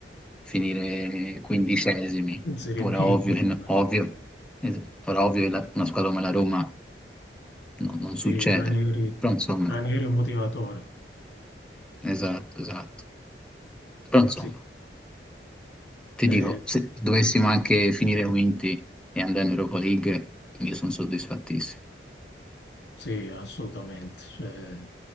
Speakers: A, in the centre; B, on the left.
A: finire quindicesimi.
B: in Serie
A: Ora
B: B,
A: ovvio,
B: quindi,
A: che no-
B: ma
A: ovvio, eh, ora ovvio che la- una squadra come la Roma no- non
B: sì,
A: succede,
B: Ranieri,
A: però insomma,
B: Ranieri è un motivatore.
A: esatto, esatto. Però insomma,
B: Sì.
A: ti
B: eh,
A: dico, se dovessimo anche finire quinti e andare in Europa League, io sono soddisfattissimo.
B: Sì, assolutamente. Cioè,